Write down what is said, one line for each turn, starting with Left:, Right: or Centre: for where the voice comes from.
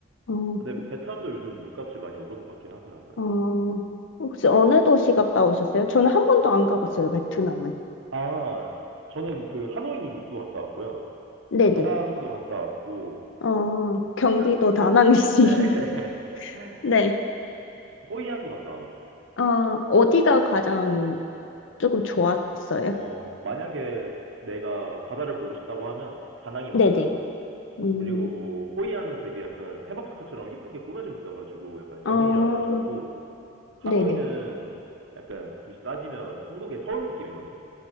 Left: 어,
Right: 근데 베트남도 요즘 물값이 많이 오른 것 같긴 하더라고요.
Left: 어, 혹시 어느 도시 갔다 오셨어요? 저는 한 번도 안 가봤어요, 베트남은.
Right: 아, 저는 그 하노이도 갔다 왔고요.
Left: 네네.
Right: 다낭도 갔다 왔고,
Left: 어, 경기도
Right: 호이안,
Left: 다낭시.
Right: 네. <laughs>
Left: <laughs> 네.
Right: 호이안도 갔다 와봤어요.
Left: 어, 어디가 가장 조금 좋았어요?
Right: 어, 만약에 내가 바다를 보고 싶다고 하면 다낭이 맞고요.
Left: 네네. 음,
Right: 그리고 뭐 호이안은 되게 약간 테마파크처럼 이쁘게 꾸며져 있어가지고 약간
Left: 어,
Right: 연인이랑 가기 좋고 하노이는
Left: 네네.
Right: 약간 굳이 따지면 한국의 서울 느낌이거든요.